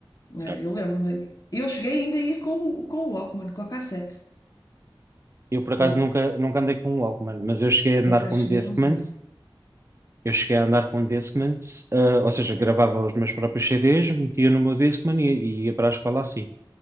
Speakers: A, on the right (about 30°); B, on the left (about 40°).
A: Certo.
B: Eh, Eu lembro-me. Eu cheguei ainda a ir com o, com o Walkman, com a cassete.
A: Eu por
B: Tinha,
A: acaso nunca, nunca andei com um Walkman, mas eu cheguei a andar
B: ainda
A: com
B: cheguei
A: Discman
B: a usar.
A: Eu cheguei a andar com um Discman, eh, ou seja, gravava os meus próprios CDs, metia no meu Discman e, e ia para a escola assim.